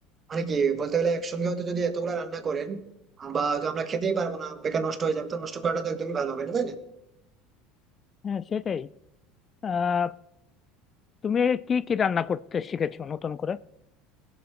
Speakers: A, on the right; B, on the left.
A: মানে কি বলতে গেলে একসঙ্গে হয়তো যদি এতগুলা রান্না করেন বা হয়তো আমরা খেতেই পারবো না বেকার নষ্ট হয়ে যাবে তো নষ্ট করাটা তো একদমই ভালো হবে না তাই না
B: হ্যাঁ সেটাই আহ তুমি কি কি রান্না করতে শিখেছো নতুন করে